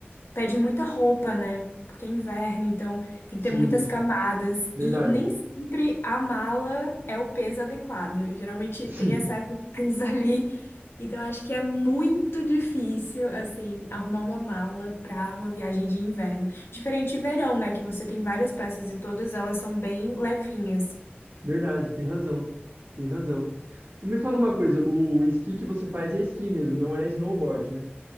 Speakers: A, on the left; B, on the right.
A: pede muita roupa, né? Porque é inverno, então tem que
B: Sim,
A: ter muitas camadas.
B: verdade.
A: E nem sempre a mala é o peso adequado. Geralmente
B: <laughs> Sim,
A: tem excesso de coisas <laughs> ali. Então acho que é muito difícil, assim, arrumar uma mala para uma viagem de inverno. Diferente de verão, né? Que você tem várias peças e todas elas são bem levinhas.
B: verdade, tem razão. Tem razão. E me fala uma coisa, o esqui que você faz é esqui mesmo, não é snowboard, né?